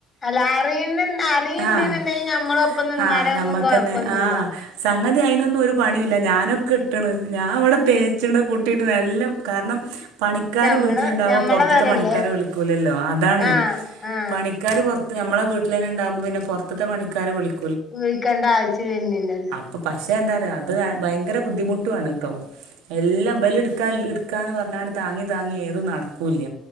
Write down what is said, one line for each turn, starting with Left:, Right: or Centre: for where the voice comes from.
Left: അല്ല അറിയണ്ട അറിയിണ്ട്
Right: ആഹ്
Left: ഉണ്ടെങ്കില് ഞമ്മള് ഒപ്പം നിന്നാലും
Right: ആഹ് നമ്മക്കന്നെ
Left: ഒന്നും കൊഴപ്പൊന്നുമില്ല.
Right: ആഹ് സംഗതി അതിനൊന്നും ഒരു പണിയല്ല ഞാനൊക്കെ ഇട്ടണ് ഞാൻ അവിടെ തേച്ചിണ് പൊട്ടിയിട്ട് നല്ലം. കാരണം പണിക്കാര്
Left: ഞമ്മളെ
Right: വീട്ടിലുണ്ടാവോ
Left: ഞമ്മളെ
Right: പുറത്തത്തെ
Left: പേരല്ലേ
Right: പണിക്കാരെ വിളിക്കൂലല്ലോ അതാണ്.
Left: ആഹ്
Right: പണി
Left: ആഹ്
Right: പണിക്കാര് പുറത്ത് നമ്മള വീട്ടിൽന്നെണ്ടാവുമ്പൾ പിന്നെ പോറത്ത്തെ പണിക്കാരെ വിളും.
Left: ചേഴിക്കേണ്ട ആവശ്യം വരുന്നില്ലല്ലോ?
Right: അപ്പം പക്ഷെ എന്താ പറയുക അത് ഭയങ്കര ബുദ്ധിമുട്ടുാണ് കേട്ടോ എല്ലാം ബല് എടുക്കാ ന്ന് പറഞ്ഞ താങ്ങി താങ്ങി ഏതും നടക്കൂല്ല